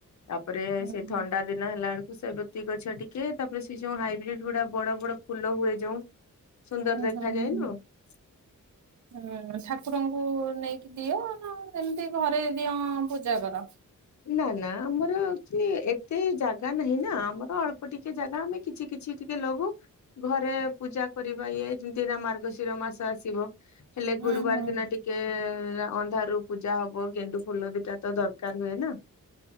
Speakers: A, on the left; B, on the right.
A: ତାପରେ
B: ହୁଁ
A: ସେଇ ଥଣ୍ଡା ଦିନ ହେଲା ବେଳକୁ ସେବୋତି ଗଛ ଟିକେ ତାପରେ ସେଇଯୋଉ ହାଇବ୍ରିଡ଼ି ଗୁଡ଼ା ବଡ଼ ବଡ଼ ଫୁଲ ହୁଏ ଯୋଉ ସୁନ୍ଦର ଦେଖାଯାଏନୁ।
B: ହୁଁ ହୁଁ।
A: <inaudible>
B: ହୁଁ ଠାକୁରଙ୍କୁ ନେଇକି ଦିଅ ନାଏମିତି ଘରେ ଦିଅ ପୂଜା କର।
A: ନା ନା ଆମର ୱାଚୁଆଲି ଏତେ ଜାଗା ନାହିଁନା ଆମର ଅଳ୍ପ ଟିକେ ଜାଗା ଆମେ କିଛି କିଛି ଟିକେ ଲଗଉ ଘରେ ପୂଜା କରିବା ଇଏ ଯେମତିନା ମାର୍ଗଶିର ମାସ ଆସିବ। ହେଲେ
B: ହୁଁ
A: ଗୁରୁବାର
B: ହୁଁ
A: ଦିନ ଟିକେ ଅନ୍ଧାରୁ ପୂଜା ହବ ଗେଣ୍ଡୁ ଫୁଲ ଦିଇଟାତ ଦରକାର୍ ହୁଏନା